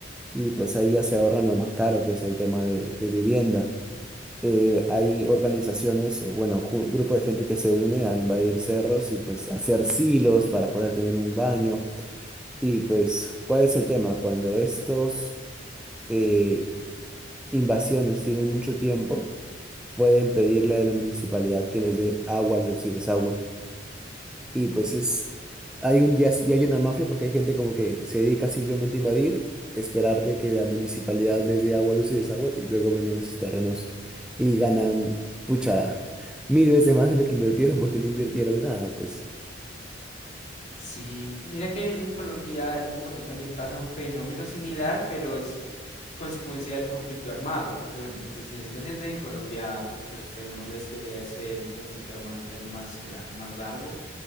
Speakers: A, in the centre; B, on the left (about 40°).
A: y pues ahí ya se ahorran lo más caro, que es el tema de, de vivienda. Eh, hay organizaciones, o bueno, un grupo de gente que se une a invadir cerros y pues hacer silos para poder tener un baño. Y pues, ¿cuál es el tema? Cuando estos eh, invasiones tienen mucho tiempo, pueden pedirle a la municipalidad que les dé agua, luz y desagüe. Y pues es, hay un, ya, ya hay una mafia porque hay gente como que se dedica simplemente a invadir, esperar de que la municipalidad les dé agua, luz y desagüe y luego venden esos terrenos y ganan, pucha, <laughs> mil veces más de lo que invirtieron porque no invirtieron nada, pues.
B: Sí, mira que en Colombia y en Bogotá también pasa un fenómeno similar, pero es consecuencia del conflicto armado, porque bueno, no sé si es presente en Colombia, pues tenemos la historia de ser el conflicto armado interno más, gra- más largo